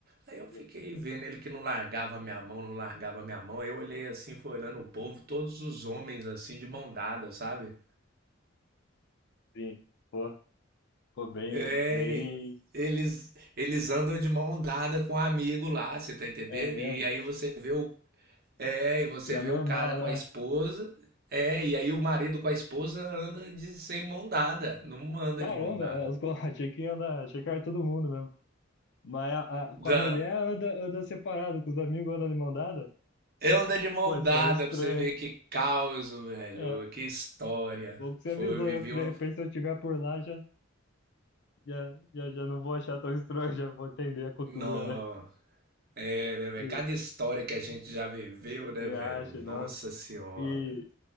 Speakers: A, on the right (about 50°); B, on the left (about 60°).
A: Aí eu
B: sim,
A: fiquei vendo ele que não largava a minha mão, não largava a minha mão. Aí eu olhei assim, fui olhando o povo, todos os homens assim, de mão dada, sabe?
B: sim. Pô, pô, bem,
A: É,
B: bem,
A: eles, eles andam de mão dada com um amigo lá, você tá entendendo?
B: é mesmo.
A: E aí você vê o, é, e você
B: E é
A: vê
B: normal,
A: o cara com
B: né?
A: a esposa, é, e aí o marido com a esposa anda de sem mão dada, não anda
B: Caramba,
A: de mão dada.
B: é, os, <laughs> pô, achei que ia andar, achei que era todo mundo mesmo. Mas a- a-
A: Da,
B: com a mulher anda, anda separado, com os amigos anda de mão dada?
A: anda de mão
B: Pô, isso
A: dada
B: aí é estranho,
A: pra você ver que caos, velho,
B: hein? É,
A: que história.
B: bom que você
A: Foi,
B: avisou
A: eu vivi
B: eu que de
A: uma.
B: repente se eu estiver por lá já. Já, já, já não vou achar tão estranho, já vou entender a cultura,
A: Não,
B: né?
A: é, né, velho?
B: E
A: Cada história que a gente já viveu, né,
B: você
A: velho?
B: acha,
A: Nossa
B: nossa.
A: Senhora.
B: E,